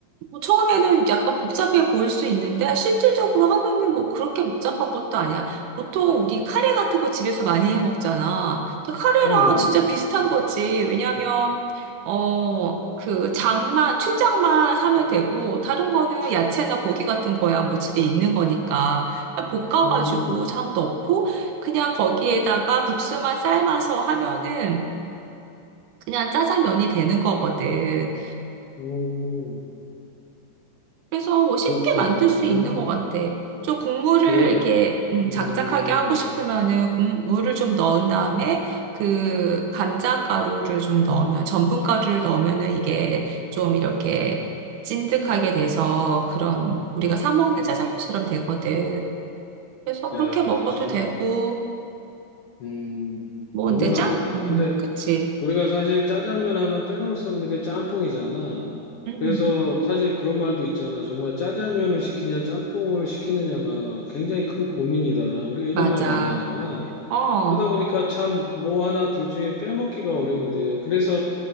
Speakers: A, on the right (about 75°); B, on the left (about 80°).
A: 뭐 처음에는 약간 복잡해 보일 수 있는데 실질적으로 하면은 뭐 그렇게 복잡한 것도 아니야. 보통 우리 카레 같은 거 집에서 많이 해 먹잖아. 근데 카레랑
B: 음,
A: 진짜 비슷한 거지. 왜냐면 어, 그 장만 춘장만 사면 되고 다른 거는 야채나 고기 같은 거야. 뭐 집에 있는 거니까. 그냥 볶아가지고
B: 음,
A: 장 넣고 그냥 거기에다가 국수만 삶아서 하면은 그냥 짜장면이 되는 거거든.
B: 음,
A: 그래서 뭐 쉽게
B: 그렇구나.
A: 만들
B: 음,
A: 수 있는 것 같아. 좀 국물을
B: 그래,
A: 이렇게
B: 나,
A: 음,
B: 음.
A: 작작하게 하고 싶으면은 국물을 좀 넣은 다음에 그 감자 가루를 좀 넣으면 전분 가루를 넣으면은 이게 좀 이렇게 찐득하게 돼서 그런 우리가 사 먹는 짜장면처럼 되거든. 그래서
B: 야,
A: 그렇게 먹어도
B: 정말,
A: 되고
B: 음,
A: 뭐
B: 너무나
A: 근데 짱?
B: 좋다.
A: 음,
B: 근데
A: 그치.
B: 우리가 사실 짜장면 하면 빼놓을 수 없는 게 짬뽕이잖아.
A: 음,
B: 그래서 사실 그런 말도 있잖아. 정말 짜장면을 시키냐, 짬뽕을 시키느냐가 굉장히 큰 고민이다. 우리가
A: 맞아.
B: 이런 말 많이 하잖아.
A: 어,
B: 그러다 보니까 참 뭐 하나 둘 중에 빼먹기가 어려운데. 그래서